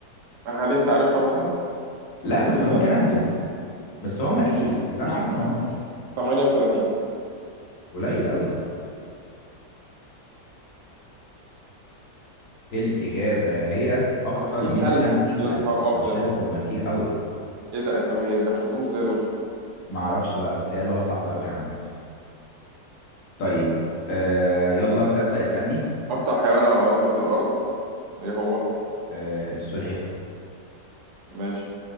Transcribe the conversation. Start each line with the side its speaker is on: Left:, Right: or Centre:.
Right: هل أنت عارفها مثلا؟
Left: <laughs> لا بس
Right: أكيد
Left: ممكن
Right: لأ
Left: اهبد بس هم كتير
Right: مم،
Left: اللي انا عارفه ان هم كتير
Right: 38
Left: قليل قوي ده الاجابة هي اكتر
Right: خمسين
Left: من
Right: ألف
Left: خمسين
Right: يا
Left: الف
Right: نهار أبيض
Left: قلت لك هم كتير قوي
Right: إيه ده طب بيحفظوهم إزاي دول؟
Left: معرفش بقى بس هي لغة صعبة قوي عامة طيب آه يلا انت ابدأ اسألني
Right: أبطأ حيوان على وجه الأرض إيه هو؟
Left: آه السلحفة
Right: ماشي